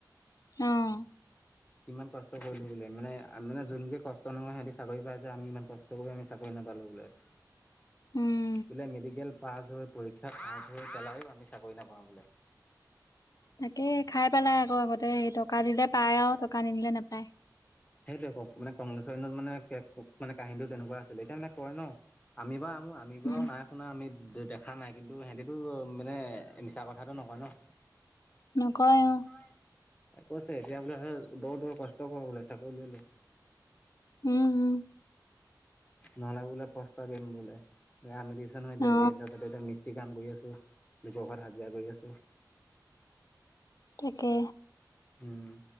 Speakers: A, on the left; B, on the left.
A: উম।
B: ইমান কষ্ট কৰিলো বোলে মানে মানে যোনোকে কষ্ট নহয় সিহতি চাকৰি পায় যে আমি ইমান কষ্ট কৰি আমি চাকৰি নাপাওঁ।
A: উম
B: বোলে মেডিকেল পাছ হৈ পৰীক্ষা পাছ হৈ পেলাই আমি চাকৰি নাপাওঁ বোলে।
A: তাকে খাই পেলাই আকৌ আগতে সেই টকা দিলে পায় আৰু টকা নিদিলে নোপায়।
B: সেইটোৱে কওক মানে কংগ্ৰেছৰত মানে মানে কাহিনীও তেনেকুৱা আছিলে এতিয়া মানে কয় ন। আমি আমি বাৰু
A: উম
B: নাই শুনা আমি দেখা নাই কিন্তু সিহঁতেতটো মানে মিছা কথাটো নকয় ন।
A: নকয়। অ
B: কৈছে এতিয়া বোলে দৌৰ দৌৰ কষ্ট কৰ বোলে চাকৰিলৈ‌ ল'।
A: উম উম।
B: নহলে বোলে পস্তা দিম বোলে আমিলি। নয় এ এতিয়া
A: অ
B: মিস্ত্ৰী কাম কৰি আছো লোকৰ ঘৰত হাজিৰা কৰি আছো।
A: তাকে।
B: উম